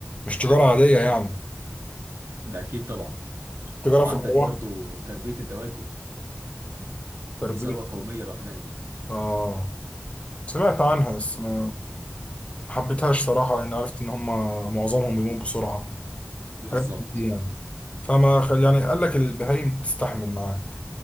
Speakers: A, on the left (about 30°); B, on the right (about 85°).
A: مش تجاره عاديه يعني
B: ده اكيد طبعا
A: تجاره
B: وعندك
A: في الارواح
B: برضو تربية الدواجن
A: تربيه
B: دي ثروة قومية لوحدها دي
A: اه سمعت عنها بس ما ما حبيتهاش صراحه لان عرفت ان هم معظمهم بيموت بسرعه
B: بالظبط
A: حاجات من دي يعني فما خل... يعني قال لك البهايم تستحمل معاك